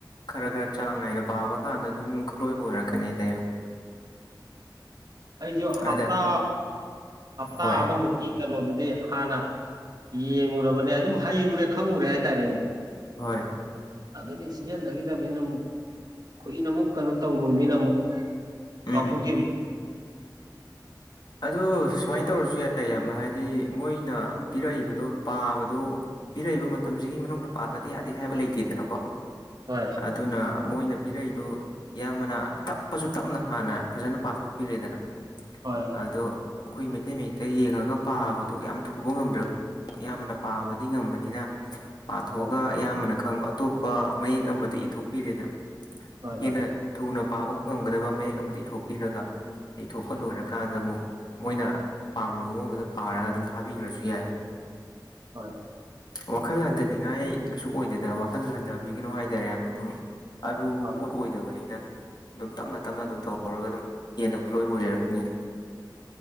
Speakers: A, on the left (about 70°); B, on the right (about 60°).
A: ꯈꯔ ꯈꯔ ꯆꯥꯡ ꯅꯥꯏꯅ ꯄꯥꯕ ꯀꯥꯟꯗ ꯑꯗꯨꯝ ꯈꯨꯠꯂꯣꯏꯕ ꯑꯣꯏꯔꯛꯀꯥ ꯀꯅꯤꯗ ꯌꯥꯝ
B: <inaudible> ꯑꯩꯖꯨ ꯍꯞꯇꯥ
A: ꯑꯗ
B: ꯍꯞꯇꯥ
A: ꯍꯣꯏ
B: ꯑꯃꯃꯨꯛꯀꯤ ꯀꯩꯅꯣꯗꯨꯗꯤ ꯗꯤ ꯍꯥꯟꯅ ꯌꯦꯡꯉꯨꯔꯕꯅꯦ ꯑꯗꯨꯝ ꯍꯩꯔꯨꯔꯦ ꯈꯪꯉꯨꯔꯦ ꯍꯥꯏꯇꯥꯔꯦꯅꯦ
A: ꯍꯣꯏ
B: ꯑꯗꯩꯗꯤ ꯁꯤꯖꯤꯟꯅꯒꯤꯗꯝꯅꯤꯅ ꯑꯃꯨꯛ ꯀꯨꯏꯅ ꯑꯃꯨꯛ ꯀꯩꯅꯣ ꯇꯧꯔꯣꯝꯅꯤꯅ ꯑꯃꯨꯛ
A: ꯎꯝ
B: ꯀꯥꯎꯊꯣꯛꯈꯤꯕꯗꯣ
A: ꯑꯗꯨ ꯁꯨꯃꯥꯏꯅ ꯇꯧꯔꯖꯨ ꯌꯥꯏ ꯏꯌꯥꯝꯕ ꯍꯥꯏꯗꯤ ꯃꯣꯏꯅ ꯄꯤꯔꯛꯏꯕꯗꯣ ꯄꯥꯕꯗꯣ ꯄꯤꯔꯛꯏꯕ ꯃꯇꯝꯖꯤꯒꯤ ꯃꯅꯨꯡꯗ ꯄꯥꯗ꯭ꯔꯗꯤ ꯌꯥꯗꯦ ꯍꯥꯏꯕ ꯂꯩꯇꯦꯗꯅꯀꯣ
B: ꯍꯣꯏ
A: ꯑꯗꯨꯅ ꯃꯣꯏꯅ ꯄꯤꯔꯛꯏꯗꯨ ꯏꯌꯥꯝꯕꯅ ꯇꯞꯄꯁꯨ ꯇꯞꯅ ꯍꯥꯟꯅ ꯐꯖꯅ ꯄꯥꯊꯣꯛꯄꯤꯔꯦꯗꯅ
B: ꯍꯣꯏ
A: ꯑꯗꯣ ꯑꯩꯈꯣꯏ ꯃꯩꯇꯩ ꯃꯌꯦꯛꯇ ꯌꯦꯡꯉꯒ ꯄꯥꯕꯗꯨ ꯌꯥꯝ ꯊꯨꯕ ꯉꯝꯗ꯭ꯔꯒ ꯏꯌꯥꯝꯕꯅ ꯄꯥꯕꯗꯤ ꯉꯝꯕꯅꯤꯅ ꯄꯥꯊꯣꯛꯑꯒ
B: ꯍꯣꯏ
A: ꯏꯌꯥꯝꯕꯅ ꯈꯪꯕ ꯑꯇꯣꯞꯄ ꯃꯌꯦꯛ ꯑꯃꯗ ꯏꯊꯣꯛꯄꯤꯔꯦꯗꯅ
B: ꯍꯣꯏ
A: ꯍꯦꯟꯅ
B: ꯍꯣꯏ
A: ꯊꯨꯅ ꯄꯥꯕ ꯉꯝꯒꯗꯕ ꯃꯌꯦꯛ ꯑꯃꯗ ꯏꯊꯣꯛꯄꯤꯔꯒ ꯏꯊꯣꯛꯄ ꯂꯣꯏꯔꯀꯥꯟꯗ ꯑꯃꯨꯛ ꯃꯣꯏꯅ ꯄꯥꯝꯃꯤꯕ ꯃꯑꯣꯡꯗꯨꯗ ꯄꯥꯔꯒ ꯑꯗꯨꯝ ꯊꯥꯕꯤꯒ꯭ꯔꯖꯨ ꯌꯥꯏ
B: ꯍꯣꯏ
A: ꯋꯥꯈꯜ ꯍꯟꯊꯅꯤꯡꯉꯥꯏ ꯀꯩꯁꯨ ꯑꯣꯏꯗꯦꯗ ꯋꯥꯈꯜ ꯍꯟꯊꯕꯤꯒꯤꯅꯨ ꯍꯥꯏꯇꯥꯔꯦ ꯏꯌꯥꯝꯕ ꯑꯗꯨꯝ ꯑꯔꯨꯕ
B: ꯍꯣꯏ
A: ꯄꯣꯠ ꯑꯣꯏꯗꯕꯅꯤꯅ ꯑꯗꯨꯝ ꯇꯞꯅ ꯇꯞꯅ ꯑꯗꯨꯝ ꯇꯧꯔꯒ ꯑꯗꯨꯝ ꯍꯦꯟꯅ ꯈꯨꯠꯂꯣꯏꯕ ꯑꯣꯏꯖꯔꯛꯀꯅꯤꯗ